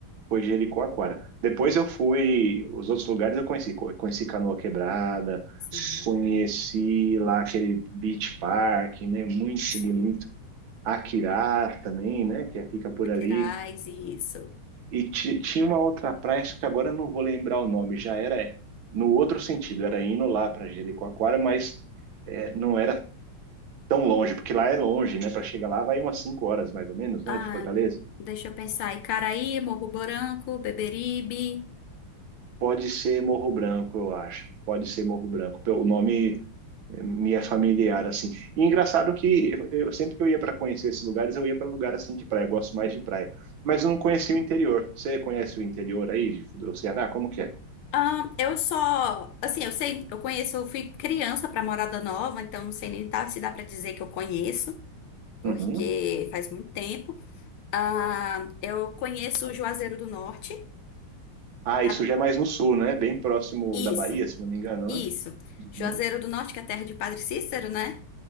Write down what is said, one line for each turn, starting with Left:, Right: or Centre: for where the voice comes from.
Right: Foi Jericoacoara. Depois eu fui, os outros lugares eu conheci, Co- conheci Canoa Quebrada,
Left: Sim,
Right: conheci lá aquele Beach Park, né? Muito
Left: sim.
Right: bonito. Aquirá também, né? Que fica por ali.
Left: Queirais, isso.
Right: E ti- tinha uma outra praia, só que agora eu não vou lembrar o nome. Já era no outro sentido, era indo lá para Jericoacoara, mas é, não era tão longe, porque lá é longe, né? Para chegar lá vai umas 5 horas mais ou menos, né?
Left: Ah,
Right: De Fortaleza.
Left: deixa eu pensar. Icaraí, Morro Branco, Beberibe.
Right: Pode ser Morro Branco, eu acho. Pode ser Morro Branco. Pe- O nome me é familiar assim. E engraçado que eu sempre que eu ia para conhecer esses lugares, eu ia para lugar assim de praia, eu gosto mais de praia, mas eu não conhecia o interior. Você conhece o interior aí de- do Ceará? Como que é?
Left: Ah, eu só, assim, eu sei, eu conheço, eu fui criança pra Morada Nova, então não sei nem dá- se dá pra dizer que eu conheço, porque
Right: Uhum.
Left: faz muito tempo. Ah, eu conheço o Juazeiro do Norte.
Right: Ah,
Left: que
Right: isso
Left: é-
Right: já é mais no sul, né? Bem próximo
Left: Isso,
Right: da Bahia, se não me engano,
Left: isso.
Right: né?
Left: Juazeiro
Right: Uhum.
Left: do Norte, que é a terra de Padre Cícero, né?